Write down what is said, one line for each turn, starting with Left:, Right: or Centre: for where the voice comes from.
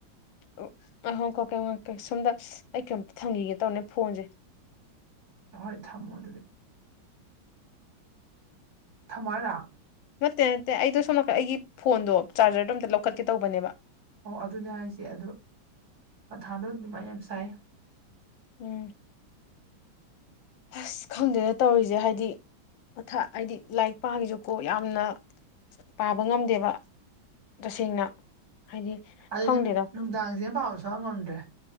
Left: ꯑꯣ ꯑ ꯍꯪꯀꯣꯀ ꯁꯣꯝꯗ ꯑꯩ ꯀꯩꯝꯇ ꯊꯝꯈꯤꯒꯦ ꯇꯧꯅꯦ ꯐꯣꯟꯁꯦ
Right: ꯍꯍꯣꯏ ꯊꯝꯃꯣ ꯑꯗꯨꯗꯤ ꯊꯃꯥꯏꯅ
Left: ꯅꯠꯇꯦ ꯅꯠꯇꯦ ꯑꯩꯗꯣ ꯁꯣꯝ ꯅꯥꯀꯟ ꯑꯩꯒꯤ ꯐꯣꯟꯗꯣ ꯆꯥꯔꯖꯔꯗꯣ ꯑꯝꯇ ꯂꯧꯈꯠꯀꯦ ꯇꯧꯕꯅꯦꯕ
Right: ꯑꯣ ꯑꯗꯨꯅꯦ ꯍꯥꯏꯁꯦ ꯑꯗꯨ ꯃꯊꯥꯗꯣ ꯑꯗꯨꯃꯥꯏꯅ ꯌꯥꯝ ꯁꯥꯏ
Left: ꯎꯝ ꯑꯁ ꯈꯪꯗꯦꯅ ꯇꯧꯔꯤꯁꯦ ꯍꯥꯏꯗꯤ ꯃꯊ ꯍꯥꯏꯗꯤ ꯂꯥꯏꯔꯤꯛ ꯄꯥꯉꯁꯨꯀꯣ ꯌꯥꯝꯅ ꯄꯥꯕ ꯉꯝꯗꯦꯕ ꯇꯁꯦꯡꯅ ꯍꯥꯏꯗꯤ
Right: ꯑꯗꯨꯅꯦ
Left: ꯈꯪꯗꯦꯗ
Right: ꯅꯨꯡꯗꯥꯡꯁꯤꯅ ꯄꯥꯎ ꯁꯣꯛꯑ ꯉꯝꯗ꯭ꯔꯦ